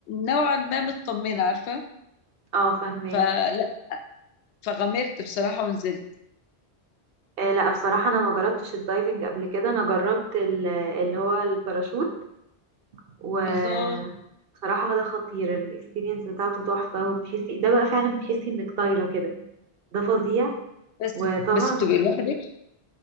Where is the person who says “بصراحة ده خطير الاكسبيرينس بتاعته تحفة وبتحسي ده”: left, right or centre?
Right